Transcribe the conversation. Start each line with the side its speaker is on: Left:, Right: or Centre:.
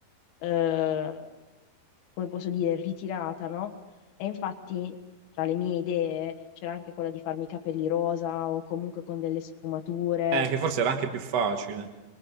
Left: eh, come posso dire, ritirata, no? E infatti tra le mie idee c'era anche quella di farmi i capelli rosa o comunque con delle sfumature.
Right: Eh, che forse era anche più facile.